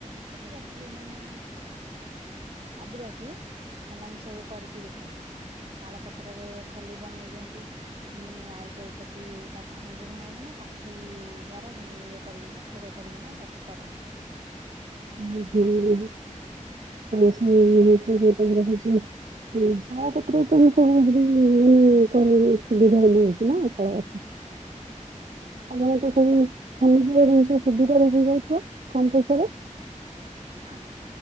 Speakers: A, on the right (about 50°); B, on the right (about 75°).
A: ଛୋଟ ଜାତି ଯୋଉମାନେ ଆଦିବାସୀ ସେମାନେ ସବୁ କରିକି ବିକନ୍ତି ତାଳ ପତ୍ରରେ ଖଲି ବନେଇ ଦିଅନ୍ତିଁ ଆଉ ଚଉପତି ତାକୁ ଭାଙ୍ଗି ଭଙ୍ଗାଇକିନା କାଠି ଦ୍ଵାରା ଇଏ କରିକିନା ଫୋଡ କରିକିନା ତାକୁ କରନ୍ତି।
B: <unintelligible> ହଉଛି ଶଳାପତ୍ର ତ ସବୁ ଭ ମାନେ ସୁବିଧା ମିଳଉଛି ନା <unintelligible> ତ ଖନିଜ ଜିନିଷ ସୁବିଧାରେ ହେଯାଉଥିବ କମ୍ ପଇସାରେ
A: ହଁ